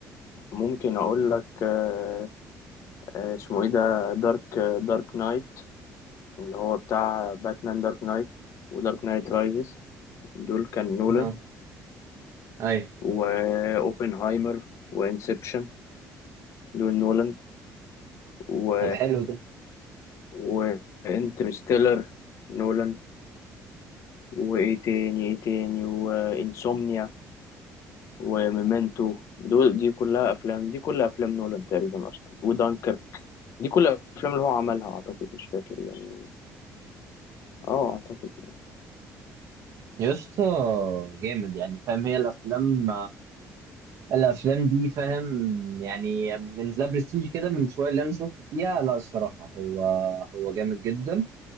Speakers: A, on the left; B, on the right.
A: ممكن اقول لك آه، آه، اسمه ايه ده دارك دارك نايت اللي هو بتاع باتمان دارك نايت ودارك نايت رايزز دول كان نولان
B: اه اي
A: واوبنهايمر وانسبشن دول نولان و
B: طب حلو ده
A: وانترستيلر نولان وايه تاني ايه تاني وانسومنيا وميمنتو دول دي كلها افلام دي كلها افلام نولان تقريبا اصلا ودانكر دي كلها افلام اللي هو عملها اعتقد مش فاكر يعني اه اعتقد
B: يا اسطى جامد يعني فاهم هي الافلام الافلام دي فاهم يعني من ذا برستيج كده من شويه اللي انا شفت فيها لا الصراحه هو هو جامد جدا